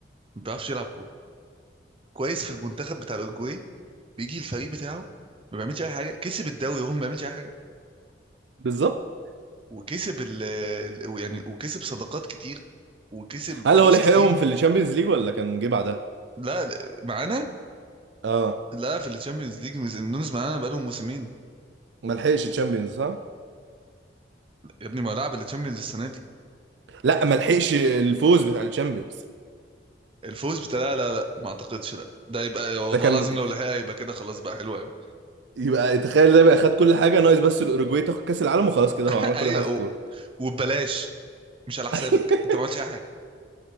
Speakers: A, on the right; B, on the right.
A: ما بيعرفش يلعب كوره كويس في المنتخب بتاع الاورجواي بيجي الفريق بتاعه ما بيعملش اي حاجه كسب الدوري وهو ما بيعملش اي حاجه
B: بالظبط
A: وكسب ال ال- يعني وكسب صداقات كتير وكسب
B: هل
A: فلوس
B: هو لحقهم
A: كتير
B: في الشامبيونز ليج ولا كان جه بعدها
A: لا لا، معانا
B: اه
A: لا في الشامبيونز ليج نونز معانا بقالهم موسمين
B: ما لحقش الشامبيونز صح
A: يا ابني ما لعب الشامبيونز السنه دي
B: لا ما لحقش الفوز بتاع الشامبيونز
A: الفوز بتاع لا لا لا ما اعتقدش لا ده يبقى والله
B: ده كان
A: العظيم لو لحقها يبقى كده خلاص بقى حلو قوي
B: يبقى تخيل ده بقى خد كل حاجه ناقص بس الاوروجواي تاخد كاس العالم وخلاص كده
A: <laughs>
B: هو عمل
A: ايوه
B: كل حاجه في
A: و-
B: الكوره
A: وببلاش مش على حسابك
B: <laughs>
A: انت ما عملتش اي حاجه